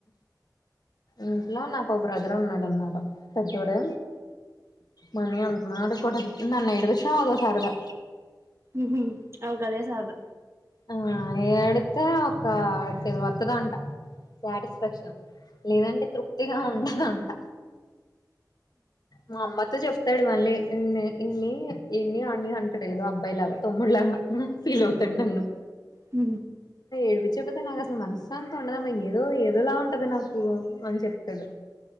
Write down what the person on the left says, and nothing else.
ఇంట్లో నాకు ఒక బ్రదర్ ఉన్నాడునమాట పెద్దోడె మనీ అంతన్నాడు కూడా నన్ను ఏడిపించడం అదో సరదా
ఆ ఏడితే ఒక వత్తదంట సాటిస్ఫాక్షన్ లేదంటే తృప్తిగా ఉండదంట మా అమ్మతో చెప్ప ఇస్తాడు మళ్ళీ ఇన్ని ఇన్ని ఇన్ని అన్ని అంటాడు ఏదో అబ్బాయిలాగా తమ్ముడు లాగా ఫీల్ అవుతాం నన్ను
విడిపించపోతే నాకు అసలు మనశాంతి ఉండదుమ్ ఏదో ఏదోలా ఉంటది నాకు అని చెప్తాడు